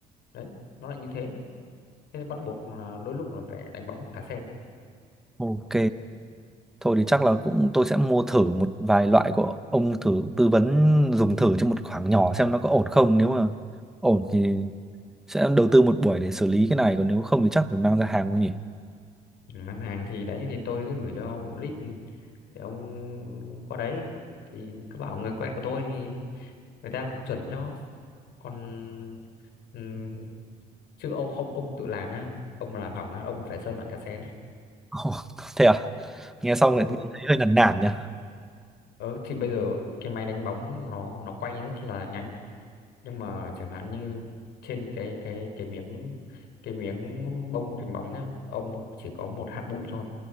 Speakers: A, on the left; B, in the centre.
A: đấy nó lại như thế thế bắt buộc là đôi lúc là phải đánh bóng cả xe
B: ok thôi thì chắc là cũng tôi sẽ mua thử một vài loại của ông thử tư vấn dùng thử cho một khoảng nhỏ xem nó có ổn không nếu mà ổn thì sẽ đầu tư một buổi để xử lý cái này còn nếu không thì chắc phải mang ra hàng không nhỉ
A: Ừ, mang hàng thì đấy thì tôi sẽ gửi cho ông một lít để ông qua đấy thì cứ bảo người quen của tôi thì người ta làm chuẩn cho còn ừm, chứ ông không ông tự làm nhá ông mà làm hỏng nhá ông phải sơn lại cả xe đấy
B: Ồ, thế à nghe xong
A: ừ
B: lại thấy hơi nản nản nhỉ
A: ừ thì bây giờ cái máy đánh bóng nó nó quay rất là nhanh nhưng mà chẳng hạn như trên cái cái cái miếng cái miếng bông đánh bóng nhá ông chỉ có một hạt bụi thôi